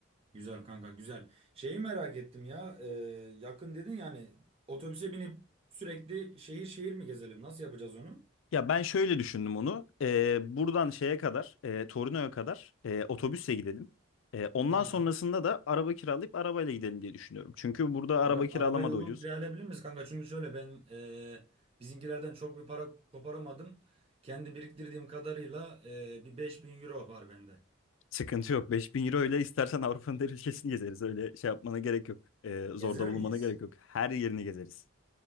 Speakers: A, on the right (about 30°); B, on the left (about 70°).
A: Güzel kanka güzel. Şeyi merak ettim ya. e, yakın dedin yani otobüse binip sürekli şehir şehir mi gezelim? Nasıl yapacağız onu?
B: Ya ben şöyle düşündüm onu. Ee, buradan şeye kadar, e, Torino'ya kadar e, otobüsle gidelim. E, ondan
A: Tamam.
B: sonrasında da araba kiralayıp arabayla gidelim diye düşünüyorum. Çünkü burada araba
A: Ara,
B: kiralama
A: arabayı uygun
B: da ucuz.
A: kiralayabilir miyiz kanka? Çünkü şöyle ben e, bizimkilerden çok bir para koparamadım. Kendi biriktirdiğim kadarıyla e, bir 5000 euro var bende.
B: Sıkıntı yok. beş bin euro ile istersen Avrupa'nın her ülkesini gezeriz. Öyle şey yapmana gerek yok. Ee, zorda
A: Gezer
B: bulunmana
A: miyiz?
B: gerek yok. Her yerini gezeriz.